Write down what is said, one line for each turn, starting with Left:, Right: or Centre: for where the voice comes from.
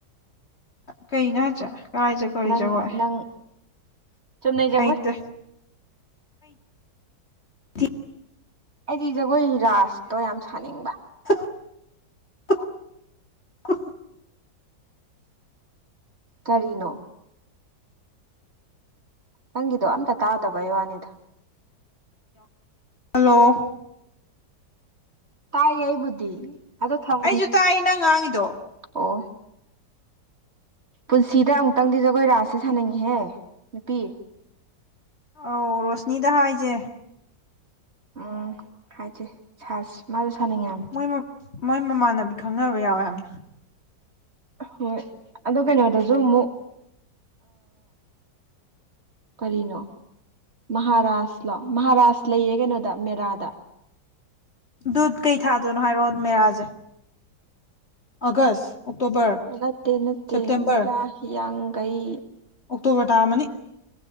Left: ꯀꯩ ꯅꯅꯥ ꯆ ꯀꯥꯏꯖꯦ ꯀꯔꯤ
Right: ꯅꯪ
Left: ꯆ ꯋꯥꯔ
Right: ꯅꯪ ꯆꯨꯝꯅꯩ ꯖꯒꯣꯏ
Left: ꯍꯥꯏ ꯇ ꯍꯩꯇꯤꯌꯦ
Right: ꯑꯩꯗꯤ ꯖꯒꯣꯏ ꯔꯖꯇꯣ ꯌꯥꯝ ꯁꯥꯅꯤꯡꯕ
Left: <inaudible>
Right: ꯀꯔꯤꯅꯣ ꯅꯪꯒꯤꯗꯣ ꯑꯝꯇ ꯇꯥꯗꯕ ꯋꯥꯅꯤꯗ
Left: ꯍꯜꯂꯣ
Right: ꯇꯥꯏꯌꯦ ꯑꯩꯕꯨꯗꯤ ꯑꯗ ꯊꯝ
Left: ꯑꯩꯁꯨ ꯇꯥꯏ ꯅꯪ ꯉꯥꯡꯉꯤꯗꯣ
Right: ꯑꯣ ꯄꯨꯟꯁꯤꯗ ꯑꯃꯨꯛꯇꯪꯗꯤ ꯖꯒꯣꯏ ꯔꯥꯁꯦ ꯁꯥꯥꯟꯅꯤꯡꯉꯍꯦ ꯅꯨꯄꯤ
Left: ꯑꯧ ꯔꯣꯁꯅꯤꯗꯍ ꯍꯥꯏꯁꯦ
Right: ꯎꯝ ꯍꯥꯏꯁꯦ ꯁꯥ ꯃꯥꯁꯨꯣ ꯁꯥꯅꯤꯡꯉꯦ
Left: ꯃꯣꯏ ꯃꯣꯏ ꯃꯃꯥꯟꯅꯕꯤ ꯈꯪꯅꯕ ꯌꯥꯎꯋꯦ ꯍꯥꯏꯕꯅꯤ
Right: ꯍꯣꯏ ꯑꯣ ꯀꯩꯅꯣꯗꯁꯨ ꯑꯃꯨꯛ ꯀꯅꯣ ꯃꯍꯥꯔꯥꯁꯂꯣ ꯃꯍꯥꯔꯥꯁ ꯂꯩꯌꯦ ꯀꯩꯅꯣꯗ ꯃꯦꯔꯥꯗ
Left: ꯗꯨꯠ ꯀꯩ ꯊꯥꯗꯣꯏꯅꯣ ꯍꯥꯏꯔꯣ ꯃꯦꯔꯥꯁꯦ ꯑꯥꯒꯁ ꯑꯣꯛꯇꯣꯕꯔ
Right: ꯅꯠꯇꯦ ꯅꯠꯇꯦ
Left: ꯁꯦꯞꯇꯦꯝꯕꯔ
Right: ꯃꯤꯔ ꯍꯌꯥꯒꯩ
Left: ꯑꯣꯛꯇꯣꯕꯔ ꯇꯥꯃꯅꯤ